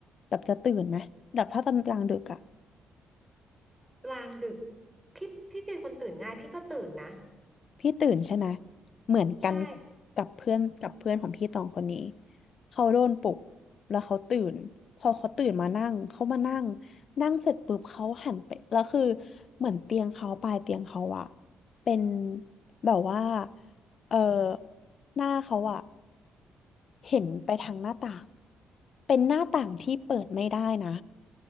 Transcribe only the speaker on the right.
กลางดึก พี่พี่เป็นคนตื่นง่ายพี่ก็ตื่นนะ
ใช่